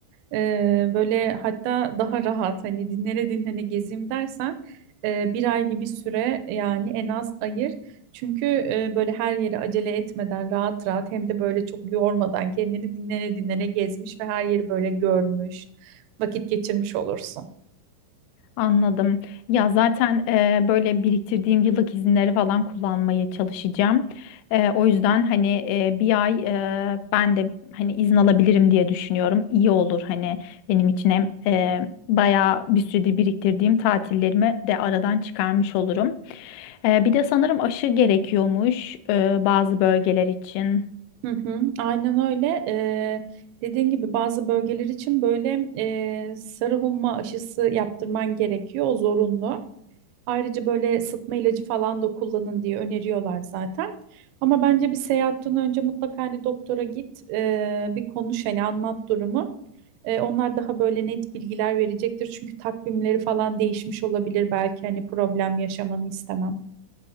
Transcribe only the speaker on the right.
Eee, böyle hatta daha rahat hani dinlene dinlene gezeyim dersen eee, bir ay gibi süre yani en az ayır. Çünkü eee, böyle her yere acele etmeden rahat rahat hem de böyle çok yormadan kendini dinlene dinlene gezmiş ve her yeri böyle görmüş, vakit geçirmiş olursun.
Hı hı, aynen öyle. Ee, dediğin gibi bazı bölgeler için böyle e, sarı humma aşısı yaptırman gerekiyor. O zorunlu. Ayrıca böyle sıtma ilacı falan da kullanın diye öneriyorlar zaten. Ama bence bir seyahatten önce mutlaka hani doktora git, e, bir konuş hani anlat durumu. E, onlar daha böyle net bilgiler verecektir. Çünkü takvimleri falan değişmiş olabilir. Belki hani problem yaşamanı istemem.